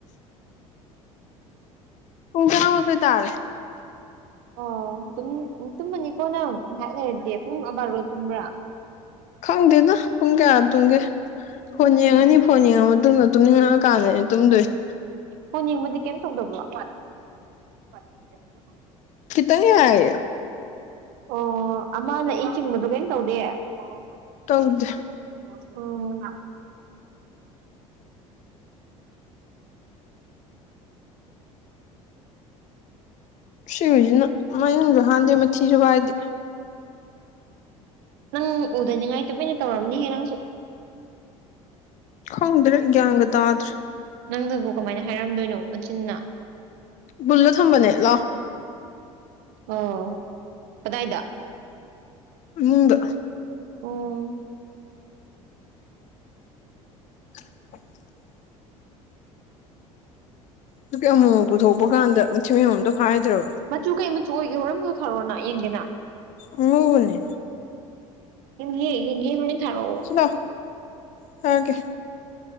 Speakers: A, on the left; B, on the right.
A: ꯄꯨꯡ ꯇꯔꯥꯃꯥꯊꯣꯏ ꯇꯥꯔꯦ
B: ꯑꯣ ꯇꯨꯝꯃꯅꯤꯀꯣ ꯅꯪ ꯉꯥꯏꯍꯥꯛ ꯂꯩꯔꯗꯤ ꯄꯨꯡ ꯕꯥꯔꯣꯗ ꯇꯨꯝꯕ꯭ꯔꯥ
A: ꯈꯪꯗꯦꯗ ꯄꯨꯡ ꯀꯌꯥ ꯇꯨꯡꯒꯦ ꯐꯣꯟ ꯌꯦꯡꯉꯅꯤ
B: ꯎꯝ
A: ꯐꯣꯟ ꯌꯦꯡꯉ ꯃꯇꯨꯡꯗ ꯇꯨꯝꯅꯤꯡꯉꯛ ꯀꯥꯟꯗꯅꯦ ꯇꯨꯝꯗꯣꯏꯁꯦ
B: ꯐꯣꯟ ꯌꯦꯡꯕꯗꯤ ꯀꯩꯝ ꯇꯧꯗꯕ꯭ꯔꯣ <inaudible>
A: ꯈꯤꯇꯪꯌꯥꯏꯌ
B: ꯑꯣ ꯑꯃꯅ ꯏ ꯆꯤꯡꯕꯗꯣ ꯀꯩꯝ ꯇꯧꯗꯦ ꯑꯣ
A: ꯇꯧꯗ
B: ꯎꯝ
A: ꯁꯤ ꯍꯨꯏꯁꯤꯅ ꯃꯌꯨꯡꯁꯨ ꯍꯥꯟꯗꯦ ꯃꯊꯤꯁꯨ ꯍꯥꯏꯗꯦ
B: ꯅꯪ ꯎꯗꯅꯤꯡꯉꯥꯏ ꯇꯨꯃꯤꯅ ꯇꯧꯔꯝꯅꯤꯍꯦ ꯅꯪꯁꯨ
A: ꯍꯪꯗ꯭ꯔꯦ ꯒꯌ꯭ꯥꯟꯒ ꯇꯥꯗ꯭ꯔ
B: ꯅꯪꯗꯨꯕꯨ ꯀꯃꯥꯏꯅ ꯍꯥꯏꯔꯝꯗꯣꯏꯅꯣ ꯃꯆꯤꯟꯅ
A: ꯄꯨꯜꯂ ꯊꯝꯕꯅꯦ ꯂꯧ
B: ꯑꯣ ꯀꯗꯥꯏꯗ
A: ꯏꯃꯨꯡꯗ
B: ꯎꯝ
A: <inaudible> ꯑꯗꯨꯛꯀꯤ ꯑꯃꯨꯛ ꯄꯨꯊꯣꯛꯄ ꯀꯥꯟꯗ ꯃꯊꯃꯌꯣꯝꯇꯣ ꯐꯥꯏꯗ꯭ꯔꯕ
B: ꯃꯆꯨ ꯀꯩ ꯃꯆꯨ ꯑꯣꯏꯒꯦ ꯍꯣꯔꯝꯁꯨ ꯊꯥꯔꯣꯅ ꯌꯦꯡꯗꯦꯅ
A: ꯑꯉꯧꯕꯅꯦ
B: ꯑꯌꯥ ꯌꯦꯡꯒꯦ ꯐꯣꯇꯣ ꯊꯔꯛ ꯑꯣ
A: ꯂꯧ ꯊꯔꯛꯀꯦ